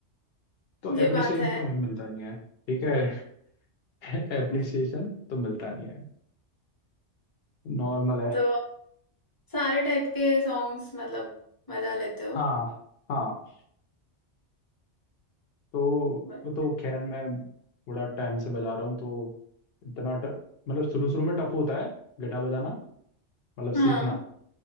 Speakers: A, on the left; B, on the left.
A: तो
B: ये
A: एप्रिसिएशन
B: बात है
A: तो हमें मिलता नहीं है ठीक है <laughs> एप्रिसिएशन
B: <laughs>
A: तो मिलता नहीं है नॉर्मल है
B: तो सारे टाइप के सॉन्ग्स मतलब मजा लेते हो
A: हाँ हाँ तो
B: बट
A: वो तो खैर मैं बड़ा टाइम से बजा रहा हूँ तो इतना ट- मतलब शुरू शुरू में टफ होता है गिटार बजाना मतलब सीखना
B: हाँ